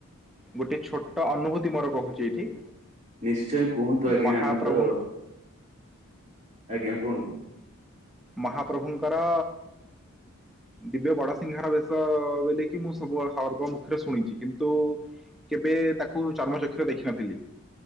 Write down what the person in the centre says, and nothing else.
ଗୋଟେ ଛୋଟ ଅନୁଭୂତି ମୋର କହୁଛି ଏଇଠି।
ମହାପ୍ରଭୁ
ମହାପ୍ରଭୁଙ୍କର। ଦିବ୍ୟ ବଡସିିଂହାର ବେଶ ବେଲିକି ମୁଁ ସବୁବେ ସର୍ବମୁଖରେ ଶୁଣିଛି କିନ୍ତୁ। କେବେ ତାକୁ ଚର୍ମ ଚକ୍ଷର ଦେଖିନଥିଲି।